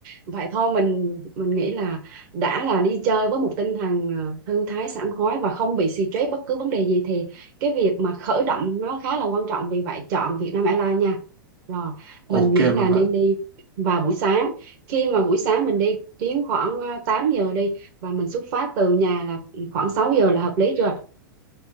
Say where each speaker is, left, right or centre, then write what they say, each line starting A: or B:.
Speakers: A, on the right; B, on the right.
A: vậy thôi mình mình nghĩ là đã là đi chơi với một tinh thần ờ, thư thái sảng khoái và không bị stress bất cứ vấn đề gì thì cái việc mà khởi động nó khá là quan trọng vì vậy chọn Vietnam Airlines nha rồi mình
B: ok
A: nghĩ
B: luôn
A: là nên
B: bạn
A: đi vào buổi sáng khi mà buổi sáng mình đi chuyến khoảng ờ, 8 giờ đi và mình xuất phát từ nhà là khoảng 6 giờ là hợp lý chưa